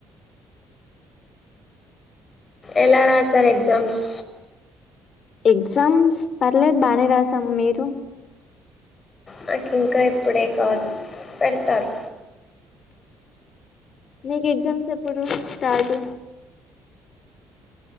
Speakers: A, on the left; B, on the left.
A: ఎలా రాశ్వారు ఎగ్జామ్స్
B: ఎగ్జామ్స్ పర్లేదు బాగానే రాసాం మీరు
A: నాకు ఇంకా ఇప్పుడే కాదు పెడ్ తారు
B: మీకు ఎగ్జామ్స్ ఎప్పుడు స్టార్ట్